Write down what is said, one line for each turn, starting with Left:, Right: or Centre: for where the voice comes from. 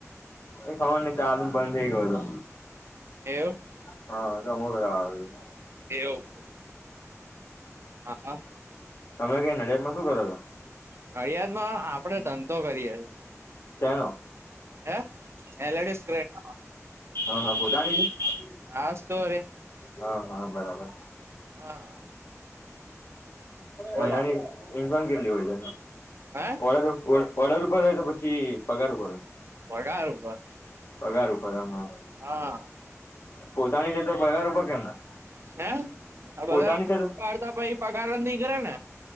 Left: એ ખબર નને ચાલનું બંધ થઇ ગયો હતો.
Right: એવ.
Left: હા તો અમુ ઘરે આવે છ.
Right: એવુ. હા હા.
Left: તમે કઈ નડિયાદમાં શું કરો છો?
Right: નડિયાદ માં આપડે ધંધો કરીએે.
Left: શાનો?
Right: <unintelligible>
Left: હા હા પોતાની છે.
Right: હસ્તો અરે.
Left: હા હા બરાબર
Right: હા બોલો
Left: મહિનાની ઇન્ક્વાન કેટલી હોયત.
Right: હે
Left: ઓ તો પડર ઉપર હોય તો પછી પગાર ઉપર હોય.
Right: પગાર ઉપર
Left: પગાર ઉપર હ હા.
Right: હા
Left: પોતાની છે. તો પરિવાર ઉપર કેમ? ના
Right: હે બધાડતા
Left: પોતાની છે તો
Right: પ પગાર નહી કરે ને.